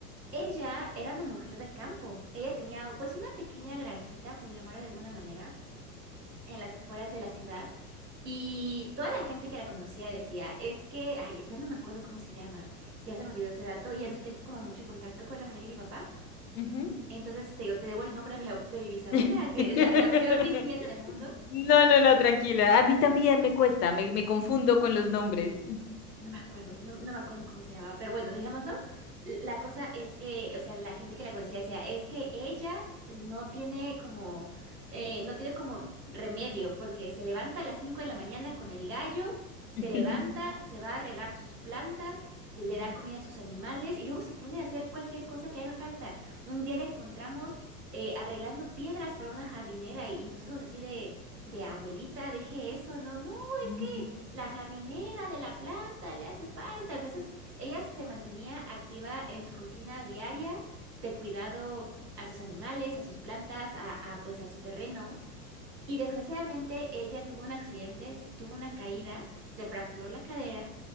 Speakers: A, on the right; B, on the left.
A: ella era una mujer de campo. Ella tenía pues una pequeña granjita, por llamarlo de alguna manera, en las afueras de la ciudad. Y toda la gente que la conocía decía, es que, ay, ya ya no me acuerdo cómo se llama, ya se me olvidó ese dato y ya no tengo como mucho contacto con la familia de mi papá.
B: ujú.
A: Entonces te digo, te debo el nombre de mi, ab- de mi bisabuela,
B: <laughs>
A: que es la, la peor bisnieta del mundo.
B: No, no, no, tranquila. A mí también me cuesta, me, me confundo con los nombres.
A: No me acuerdo, no, no me acuerdo cómo se llamaba, pero bueno, dejémoslo. L- La cosa es que, o sea, la gente que la conocía decía, es que ella no tiene como, eh, no tiene como remedio, porque se levanta a las 5 de la mañana con el gallo, se
B: <laughs>
A: levanta, se va a regar sus plantas, se
B: Ujú,
A: le da comida a sus animales y luego se pone a hacer cualquier cosa que haga falta. Un día la encontramos eh, arreglando piedras para una jardinera y, y nosotros así de, de abuelita, deje eso, no, no,
B: ujú.
A: es que la jardinera de la plaza falta, le hace falta. Entonces, ella se mantenía activa en su rutina diaria de cuidado a sus animales, a sus plantas, a, a, pues a su terreno. Y desgraciadamente ella tuvo un accidente, s- tuvo una caída, se fracturó la cadera